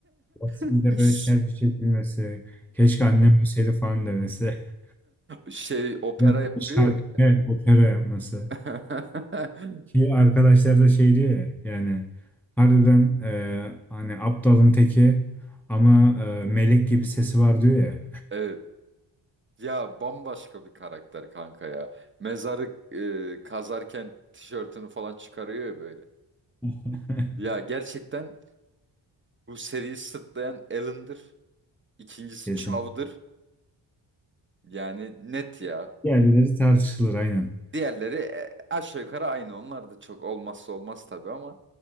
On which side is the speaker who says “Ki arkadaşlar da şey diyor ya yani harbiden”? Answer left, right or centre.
Centre